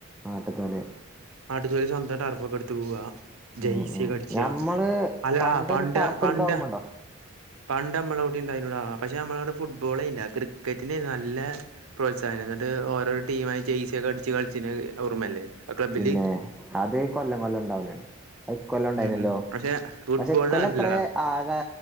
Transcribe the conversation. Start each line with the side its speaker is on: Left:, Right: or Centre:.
Centre: എന്താല്ലേ
Right: അച്ചല സ്വന്തം റഫൊക്കെടുത്ത് പോവാ ജസീ
Centre: ഉം ഉം
Right: അടിക്ക
Centre: ഞമ്മള്
Right: അല്ലടാപണ്ട്
Centre: പണ്ടൊരു ടർഫ്
Right: പണ്ട്
Centre: എടുക്കാ ഓർമ്മണ്ടോ
Right: പണ്ട് നമ്മള് ഇണ്ടായിരുന്നടാ പക്ഷെ നമ്മളവിട ഫുട്ബോളില്ല ക്രിക്കറ്റിനെ നല്ല പ്രോത്സാഹനം എന്നിട്ട് ഓരോ ടീ ടീ ആ ച്സ ഒക്കെ അടിച്ച് കളിച്ചിന് ഓർമ്മല്ലേ ആ ക്ലബ്ബില്
Centre: പിന്നെ അത് കൊല്ലം കൊല്ലം ഇണ്ടാവന്നാണ് അത് ഇ കൊല്ലം ഉണ്ടായിനല്ലോ
Right: ഉം ഉം പക്ഷെ ഫുട്ബോളിന്
Centre: പക്ഷെ ഇകൊല്ലത്ര
Right: അങ്ങനെല്ലടാ
Centre: ആകെ